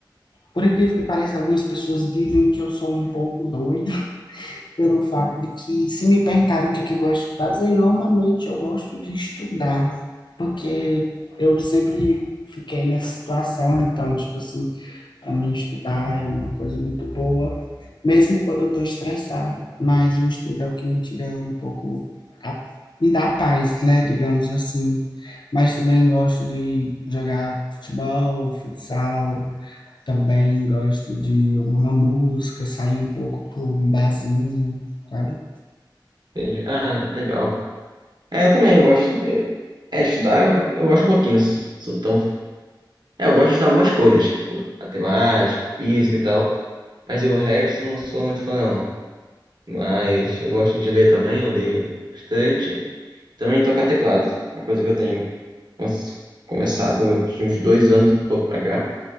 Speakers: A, on the left (about 70°); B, on the right (about 65°).
A: Por incrível que pareça, algumas pessoas dizem que eu sou um pouco doido. pelo fato de que, se me perguntarem o que, é que eu gosto de fazer, normalmente eu gosto de estudar, porque eu sempre fiquei nessa situação, então, tipo assim, para mim estudar é uma coisa muito boa, mesmo quando eu estou estressado, mas o estudo é o que me tira um pouco, a, me dá paz, né, digamos assim. Mas também gosto de jogar futebol, futsal, também gosto de ouvir uma música, sair um pouco para um barzinho, sabe?
B: Entendi. Ah, legal. É, eu também, eu gosto de é, estudar, eu, eu gosto um pouquinho, não sou, sou tão. É, eu gosto de estudar algumas coisas, tipo matemática, física e tal, mas eu, o resto não sou muito fã, não. Mas eu gosto de ler também, eu leio bastante. Também tocar teclado, uma coisa que eu tenho nossa, começado de uns dois anos e pouco pra cá.